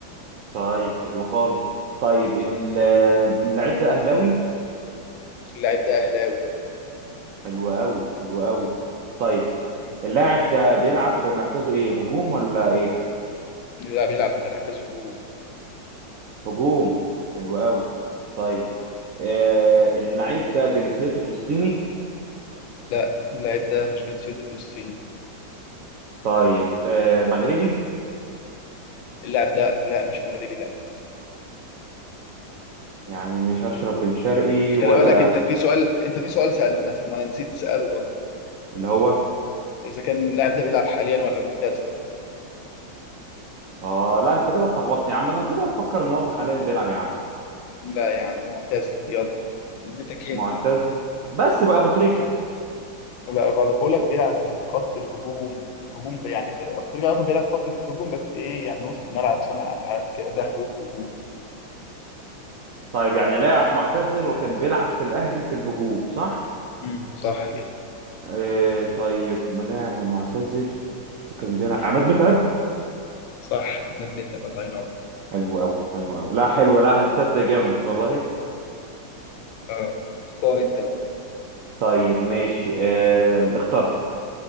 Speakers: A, on the right; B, on the left.
A: طيب حلو خالص طيب ال- آه، اللاعب ده اهلاوي
B: اللاعب ده اهلاوي
A: حلو قوي حلو قوي طيب
B: مم.
A: اللاعب ده بيلعب بمركزه ايه هجوم ولا ايه
B: لا بيلعب بمركزه هجوم
A: هجوم حلو قوي طيب آه اللعيب ده جنسيته فلسطيني
B: لا اللاعب ده مش جنسيته فلسطيني
A: طيب آه مغربي
B: اللاعب ده لا مش مغربي لا
A: يعني مش هشرب بن شرقي ولا
B: خلي بالك انت في سؤال انت في سؤال سأل ما ما نسيت تسأله برضه
A: اللي هو
B: اذا كان اللاعب ده بيلعب حاليا ولا معتزل
A: اه لا انت كده هتلخبطني يا عم انا كده افكر ان هو حاليا بيلعب يا عم
B: لا يا عم معتزل يلا اديتك هنت
A: معتزل
B: أهو.
A: بس بقى ابو تريكة
B: لا غلط بقول لك بيلعب في الخط الهجوم هجوم ب- يعني افريقيا اصلا بيلعب في خط الهجوم بس ايه يعني وسط ملعب صانع العاب كده ده هجوم هجوم
A: طيب يعني لاعب معتزل وكان بيلعب في الاهلي في الهجوم صح
B: امم صح كده
A: آه طيب ملاعب ومعتزل وكان بيلعب
B: امم
A: عماد متعب
B: صح انا ادمتها الله ينور
A: حلو أوي حلو أوي لا حلو لا هتصدق جامد والله
B: اه اختار انت بقى
A: طيب ماشي آه اخترت